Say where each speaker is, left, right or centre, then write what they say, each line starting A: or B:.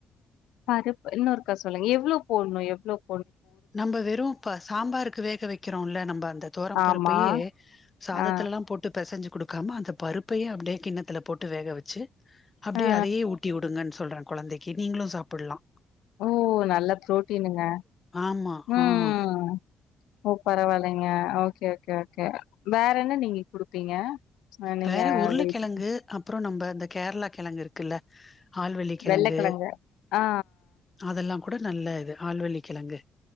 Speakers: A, on the left (about 80°); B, on the left (about 25°).
A: பருப்பு இன்னொருக்கா சொல்லுங்க எவ்வளோ போடணும் எவ்வளவு
B: நம்ம வெறும் சாம்பாருக்கு வேக வைக்கிறோம்ல்ல நம்ம அந்த தோரம்
A: ஆமா
B: பருப்பையே சாதத்துல
A: ஆ
B: எல்லாம் போட்டு பசைஞ்சு கொடுக்காம அந்த பருப்பையே அப்படியே கிண்ணத்தில் போட்டு வேக வச்சு அப்டியே
A: ஆ
B: அதையே ஊட்டி விடுங்கன்னு சொல்றே குழந்தைக்கு நீங்களும் சாப்பிடலாம்
A: ஓ நல்ல பு்ரோட்டீனுங்க
B: ஆமா
A: உம்
B: ஆ
A: உம் ஓ பரவாயில்லைங்க ஓகே ஓகே ஓகே வேற என்ன நீங்க குடுப்பீங்க அ நீங்க
B: வேற உருலகிழங்கு
A: வெயிட்
B: அப்புறம் நம்ம இந்த கேரளா கிழங்கு இருக்குல ஆல்வள்ளி கிழங்கு
A: வெள்ளக்கெழங்கு ஆ
B: அதெல்லாம் கூட நல்லா இது ஆழ்வள்ளி கிழங்கு